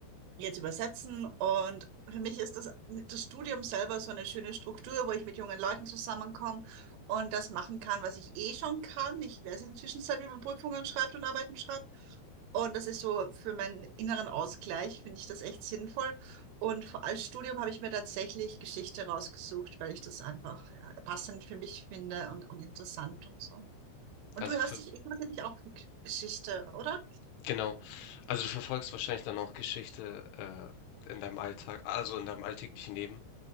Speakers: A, on the right; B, on the left.
A: jetzt übersetzen. Und für mich ist das, das Studium selber so eine schöne Struktur, wo ich mit jungen Leuten zusammenkomme und das machen kann, was ich eh schon kann. Ich weiß in der Zwischenzeit, wie man Prüfungen schreibt und Arbeiten schreibt. Und das ist so für meinen inneren Ausgleich, finde ich das echt sinnvoll. Und für- als Studium habe ich mir tatsächlich Geschichte rausgesucht, weil ich das einfach ja, passend für mich finde und, und interessant und so. Und
B: Also
A: du hörst
B: für,
A: dich, interessierst dich auch für Geschichte, oder?
B: genau. Also du verfolgst wahrscheinlich dann auch Geschichte äh, in deinem Alltag, also in deinem alltäglichen Leben